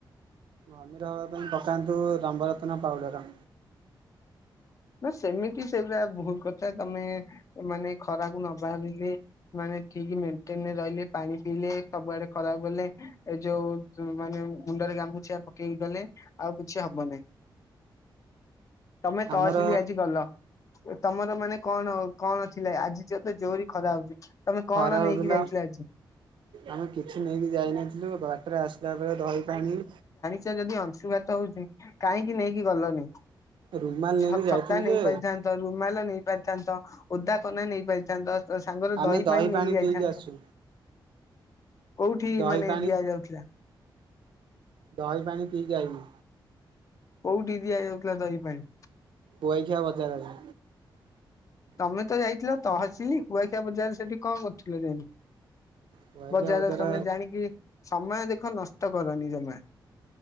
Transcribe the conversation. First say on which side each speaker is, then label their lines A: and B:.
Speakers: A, on the right (about 75°); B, on the left (about 40°).
A: ଘମିର ହବା ପାଇଁ ପକାନ୍ତୁ ରମ୍ବରତ୍ନ ପାଉଡର।
B: ନା ସେମିତି ସେଇଗୁରା ଭୁଲ କଥା ତମେ ମାନେ ଖରାକୁ ନ ବାହାରିଲେ ମାନେ ଠିକ ମେଣ୍ଟେନରେ ରହିଲେ ପାଣି ପିଇଲେ ସବୁଆଡେ ଖରାକୁ ଗଲେ। ଏ ଯୋଉ ମାନେ ମୁଣ୍ଡରେ ଗାମୁଛା ପକେ ଏଇ ଗଲେ ଆଉ କିଛି ହବନି ତମେ ତହସିଲି
A: ଆମର
B: ଆଜି ଗଲ। ତମର ମାନେ କଣ କଣ ଥିଲା ଆଜି ତ ଜୋରରେ ଖରା ହଉଛି। ତମେ
A: ଖରା
B: କଣ
A: ହଉଥିଲା
B: ନେଇକି ଯାଇଥିଲ ଆଜି।
A: ଆମେ କିଛି ନେଇକି ଯାଇନଥିଲୁ ବାଟରେ ଆସିଲା ବେଳେ ଦହି ପାଣି
B: ଚ ଯଦି ଅଂଶୁଘାତ ହଉଛି କାହିଁକି ନେଇକି ଗଲନି?
A: ରୁମାଲ
B: ଛ
A: ନେଇକି ଯାଇଥିଲୁ
B: ଛତା ନେଇ
A: ଯେ
B: ପାରଥାନ୍ତ ରୁମାଲ ନେଇ ପାରିଥାନ୍ତ ଓଦାକନା ନେଇ ପାରିଥାନ୍ତ। ତ ସାଙ୍ଗରେ
A: ଆମେ
B: ଦହି ପାଣି ନେଇକି ଯାଇଥାନ୍ତ।
A: ପିଇକି ଆସୁ।
B: କୋଉଠି
A: ଦହି
B: ମାନେ
A: ପାଣି
B: ଦିଆଯାଉଥିଲା।
A: ଦହି ପାଣି ପିଇକି ଆଇବି।
B: କୋଉଠି ଦିଆଯାଉଥିଲା ଦହି ପାଣି।
A: କୁଆଖିଆ ବଜାରରେ।
B: ତମେ ତ ଯାଇଥିଲ ତହସିଲି କୁଆଖିଆ ବଜାରରେ ସେଠି କଣ କରୁଥିଲ ଯାଇକି।
A: କୁଆଖିଆ
B: ବଜାରରେ
A: ବଜାର
B: ତମେ ଜାଣିକି ସମୟ ଦେଖ ନଷ୍ଟ କରନି ଜମା।